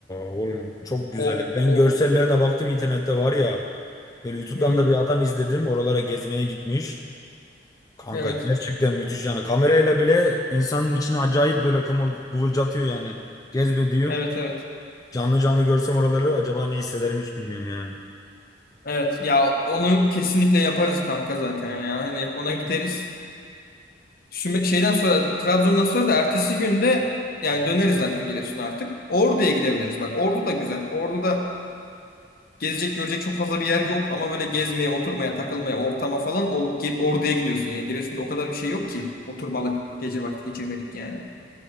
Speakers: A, on the left; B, on the left.
A: Oğlum çok güzel
B: O
A: ya. Ben
B: o
A: görsellerine baktım internette var ya. Böyle YouTube'dan
B: hmm,
A: da bir adam izledim. Oralara gezmeye gitmiş. Kanka
B: evet.
A: gerçekten müthiş yani. Kamerayla bile insanın içine acayip böyle kımıl, kıvılcatıyor yani. Cezbediyor.
B: Evet evet.
A: Canlı canlı görsem oraları acaba ne hissederim hiç bilmiyorum yani.
B: Evet ya onu kesinlikle yaparız kanka zaten ya. Hani ona gideriz. Süme- şeyden sonra Trabzon'dan sonra da ertesi günde yani döneriz zaten Giresun'a artık. Ordu'ya gidebiliriz bak. Ordu da güzel. Ordu'da Gezecek görecek çok fazla bir yer yok ama böyle gezmeye, oturmaya, takılmaya, ortama falan o, Gi- Ordu'ya gidiyorsun. Yani Giresun'da o kadar bir şey yok ki oturmalık, gece vakit geçirmelik yani.